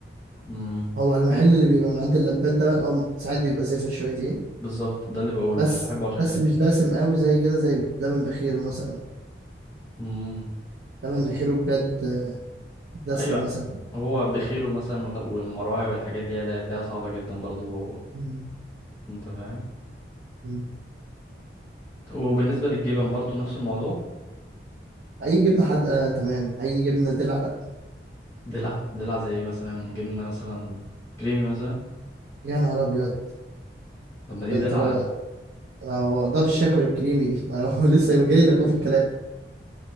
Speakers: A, on the left; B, on the right.
A: امم
B: هو المحل اللي بيبقى من عند اللبان ده أو ساعات بيبقى زفر شويتين
A: بالظبط ده اللي بقوله
B: بس
A: مش بحبه عشان
B: بس
A: كده
B: مش دسم قوي زي كده زي لبن بخيره مثلا
A: امم
B: لبن بخيره بجد دسم
A: ايوه
B: مثلا
A: هو بخيله مثلا وال- والمراعي والحاجات دي اللي هتلاقيها صعبة جدا برضو
B: م-
A: انت فاهم
B: م.
A: وبالنسبة للجبن برضو نفس الموضوع
B: اي جبنه حادقه آه، تمام اي جبنه دلع لا
A: دلع دلع زي ايه مثلا جبنة مثلا كريمي مثلا
B: يا نهار ابيض
A: طب ما دي
B: ده انت
A: دلع
B: لو
A: يا لا اسطى
B: أنا ما اقدرش اكل الكريمي دي ما هو <laughs> لسه جاي لك أهو
A: <laughs>
B: في الكلام